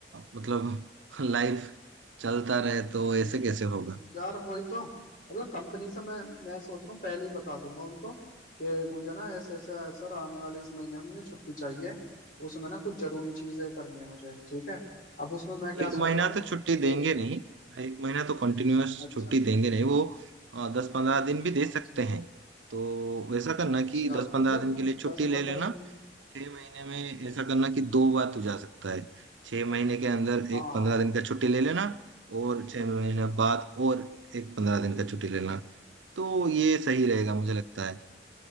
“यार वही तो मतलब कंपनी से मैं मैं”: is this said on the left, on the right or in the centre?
Left